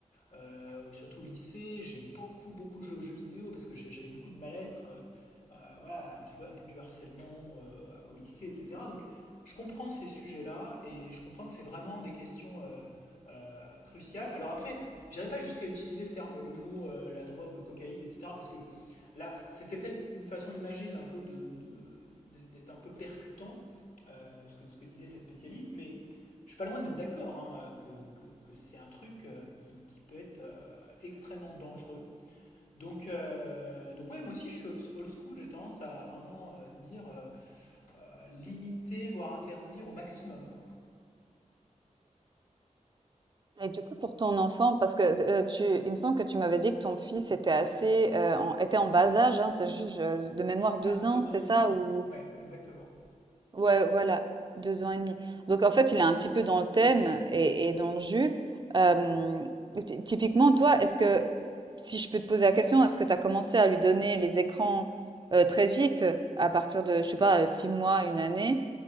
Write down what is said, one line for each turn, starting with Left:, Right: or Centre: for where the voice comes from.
Left: euh, surtout au lycée, j'ai beaucoup, beaucoup joué aux jeux vidéo parce que j'ai- j'avais beaucoup de mal-être. euh, euh, voilà, un peu, un peu du harcèlement euh, au lycée, etc. Donc je comprends ces sujets-là et je comprends que c'est vraiment des questions euh, euh, cruciales. Alors après, j'irai pas jusqu'à utiliser le terme, le mot, euh, la drogue, le cocaïne, etc. Parce que là, c'était peut-être une façon imagée d'un peu de, de- d'être un peu percutant, euh, ce que, ce que disaient ces spécialistes, mais je suis pas loin d'être d'accord hein, que, que, que c'est un truc euh, qui, qui peut être euh, extrêmement dangereux donc, euh, donc ouais, moi aussi je suis old school, j'ai tendance à vraiment euh, dire euh, euh, limiter, voire interdire au maximum, quoi.
Right: Et du coup, pour ton enfant, parce que d tu il me semble que tu m'avais dit que ton fils était assez, heu, en était en bas âge, hein? C'est juste, je de mémoire
Left: Oui, c'est ça,
Right: 2 ans,
Left: deux
Right: c'est
Left: ans et
Right: ça?
Left: demi.
Right: Ou
Left: Ouais, exactement.
Right: Ouais, voilà, 2 ans et demi. Donc en fait, il est un petit peu dans le thème et, et dans le jus. Euh, ty- typiquement, toi, est-ce que, si je peux te poser la question, est-ce que tu as commencé à lui donner les écrans euh, très vite, à partir de, je sais pas, euh, six mois, une année,